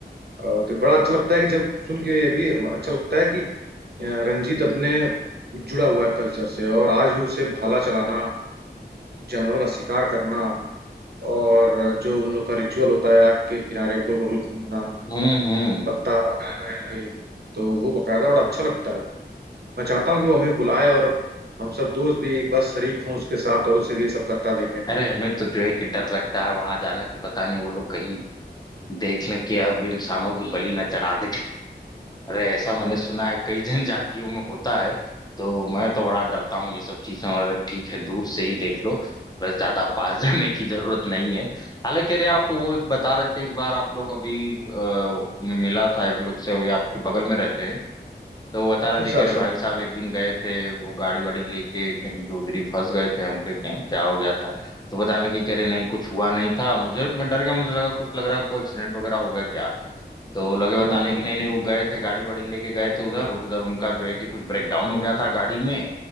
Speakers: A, on the right; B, on the left.
A: अ, तो बड़ा अच्छा लगता है कि जब सुन के ये भी अच्छा लगता है कि अ, रंजीत अपने जुड़ा हुआ है कल्चर से और आज भी उसे भाला चलाना जानवरों का शिकार करना और जो उन लोग का रिचुअल होता है आग के किनारे गोल गोल घूमना
B: हम्म हम्म
A: पत्ता बैठ बैठ के तो वो बकायदा बड़ा अच्छा लगता है मैं चाहता हूँ कि वो हमें बुलाए और हम सब दोस्त भी एक बार शरीक हों उसके साथ और उसे ये सब करता देखें
B: अरे हमें तो जो है कि डर लगता है वहां जाने से पता नहीं वो लोग कहीं देख लें कि अब इंसानों की बलि न चढ़ा दे अरे ऐसा मैंने सुना है कई जनजातियों में होता है तो मैं तो बड़ा डरता हूँ ये सब चीजें और ठीक है दूर से ही देख लो बस ज्यादा पास <laughs> जाने की जरूरत नहीं है हालांकि अरे आप वो एक बता रहे थे एक बार आप लोग अभी आ, मिला था एक लोग से वो ये आपके बगल में रहते हैं तो वो बता रहे
A: अच्छा
B: थे कि
A: अच्छा
B: अरे भाई साहब एक दिन गए थे वो गाड़ी वाड़ी लेके कहीं तो उधर ही फंस गए थे हम कहे क्या क्या हो गया था तो बताने लगी कि अरे नहीं कुछ हुआ नहीं था मुझे मैं डर गया मुझे लगा कुछ लग रहा है कोई एक्सीडेंट वगैरह हो गया क्या तो वो लगे बताने
A: हम्म
B: की नहीं नहीं वो गए थे गाड़ी वाड़ी लेके गए थे उधर उधर उनका जो है कि कुछ ब्रेकडाउन हो गया था गाड़ी में